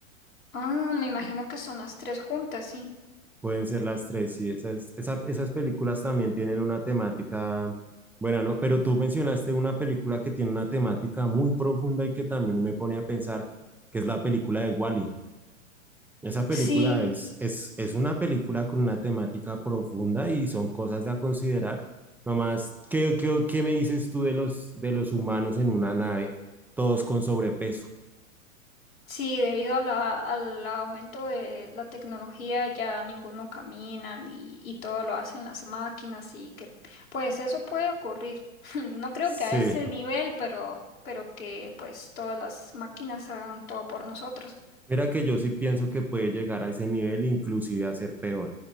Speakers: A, on the left; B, in the centre.
A: Ah, me imagino que son las tres juntas, sí.
B: Pueden ser las tres, sí. Esas, esa- esas películas también tienen una temática buena, ¿no? Pero tú mencionaste una película que tiene una temática muy profunda y que también me pone a pensar, que es la película de Wall-E. Esa película
A: Sí,
B: es, es, es una película con una temática profunda y son cosas a considerar. Nomás, ¿qué, qué, qué me dices tú de los, de los humanos en una nave, todos con sobrepeso?
A: sí, debido a la, al aumento de la tecnología ya ninguno camina y, y todo lo hacen las máquinas y que pues eso puede ocurrir. <laughs> No creo
B: Sí.
A: que a ese nivel, pero, pero que pues todas las máquinas hagan todo por nosotros.
B: Mira que yo sí pienso que puede llegar a ese nivel, inclusive a ser peor.